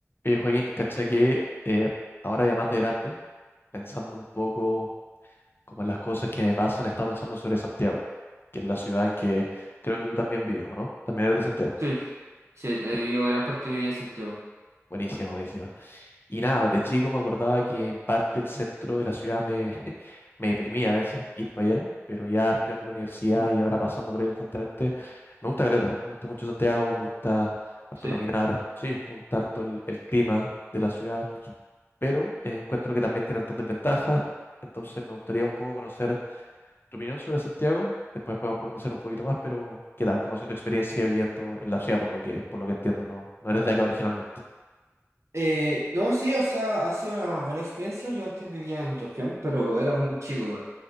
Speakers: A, on the left; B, on the right.
A: Oye, Joaquín, cacha que eh, ahora ya más de grande, pensando un poco como en las cosas que me pasan, he estado pensando sobre Santiago, que es la ciudad en que creo que tú también vives, ¿o no? También eres de Santiago.
B: Sí, sí, he
A: Bien,
B: vivido gran parte de mi vida en Santiago.
A: buenísima, buenísima. Y nada, de chico me acordaba que en parte el centro de la ciudad me, <laughs> me deprimía a veces ir para allá, pero ya estudiando en la universidad
B: Mm,
A: y ahora pasando por ahí constantemente, me gusta Caleta, me gusta mucho Santiago, me gusta harto
B: ¿Sí?
A: caminar, sí, me gusta harto el el clima de la ciudad. pero eh, encuentro que también tiene altas desventajas. Entonces me gustaría un poco conocer tu opinión sobre Santiago. Después podemos profundizar un poquito más, pero ¿qué tal? ¿Cómo ha sido tu experiencia viviendo en la ciudad, por lo que, por lo que entiendo? No, no eres de acá originalmente.
B: Eh, no, sí, o sea, ha sido una buena experiencia. Yo antes vivía en región, pero era muy chico, güey.